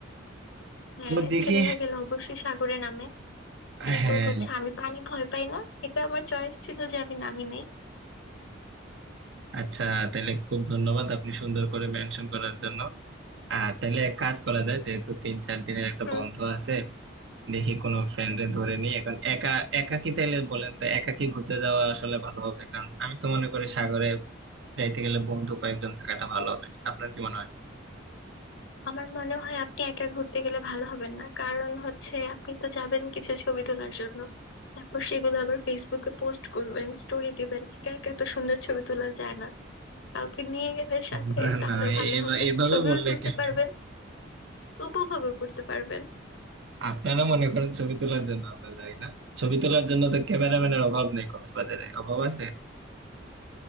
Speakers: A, on the left (about 80°); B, on the right (about 65°).
A: হ্যাঁ
B: তো দেখি
A: ছেলেরা গেলে অবশ্যই সাগরে নামে কিন্তু
B: হ্যাঁ
A: হচ্ছে আমি পানি ভয় পাই না এটা আমার চয়েস ছিল যে আমি নামি নাই
B: আচ্ছা তাহলে খুব ধন্যবাদ আপনি সুন্দর করে মেনশন করার জন্য আর তাহলে এক কাজ করা যায় যেহেতু তিন চার দিনের একটা
A: <laughs>
B: বন্ধ আছে দেখি কোনো ফ্রেন্ডে ধরে নিয়ে এখন একা একা কি তাইলে বলেন তো একা কি ঘুরতে যাওয়া আসলে ভালো হবে কারণ আমি তো মনে করি সাগরে যাইতে গেলে বন্ধু কয়েকজন থাকাটা ভালো হবে আপনার কি মনে হয়
A: আমার মনে হয় আপনি একা ঘুরতে গেলে ভালো হবেন না কারণ হচ্ছে আপনি তো যাবেন কিছু ছবি তোলার জন্য তারপর সেগুলো আবার ফেসবুকে পোস্ট করবেন স্টোরি দিবেন একা একা তো সুন্দর ছবি তোলা যায় না কাউকে নিয়ে গেলে
B: <laughs>
A: সাথে তাহলে
B: না
A: ভালো
B: এবা-
A: হবে
B: এভাবে
A: ছবিও
B: বললে
A: তুলতে
B: কেন
A: পারবেন উপভোগও করতে পারবেন
B: আপনারা মনে করেন ছবি তোলার জন্য আমরা যাই না ছবি তোলার জন্য তো ক্যামেরাম্যানের অভাব নেই কক্সবাজারে অভাব আছে